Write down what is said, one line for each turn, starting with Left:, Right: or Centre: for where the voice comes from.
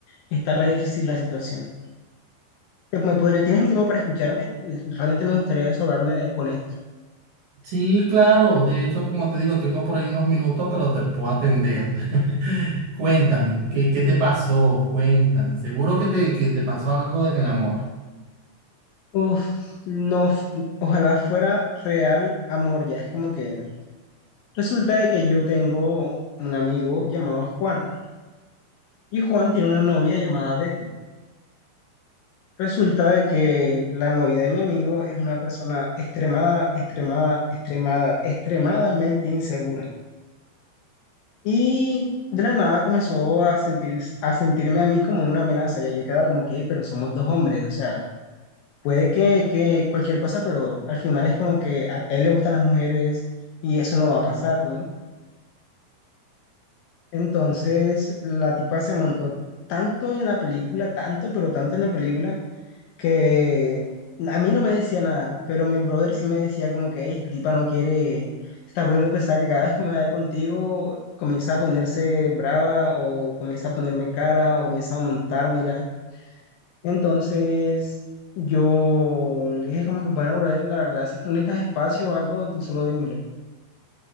Left: está re difícil la situación. ¿Te- ¿Me podría, tienes un tiempo para escucharme? Realmente me gustaría desahogarme de- con esto.
Right: Sí, claro, de hecho, como te digo, tengo por ahí unos minutos, pero te puedo atender. <laughs> Cuéntame, ¿qué, qué te pasó? Cuéntame, seguro que te, que te pasó algo en el amor.
Left: Uf, no, f- ojalá fuera real amor, ya es como que resulta de que yo tengo un amigo llamado Juan. Y Juan tiene una novia llamada Betty. Resulta de que la novia de mi amigo es una persona extremada, extremada, extremada, extremadamente insegura. Y de la nada comenzó a sentir, a sentirme a mí como una amenaza. Ya yo quedaba como que, "Ey, pero somos dos hombres, o sea, puede que, que cualquier cosa, pero al final es como que a él le gustan las mujeres y eso no va a pasar, ¿no? Entonces la tipa se montó tanto en la película, tanto, pero tanto en la película que a mí no me decía nada, pero mi brother sí me decía como que "Ey, esta tipa no quiere, se está poniendo pesada, que cada vez que me vaya contigo comienza a ponerse brava o comienza a ponerme cara o comienza a montármela. Entonces yo le dije como que, bueno, brother, la verdad, si tú necesitas espacio o algo, tú solo dímelo.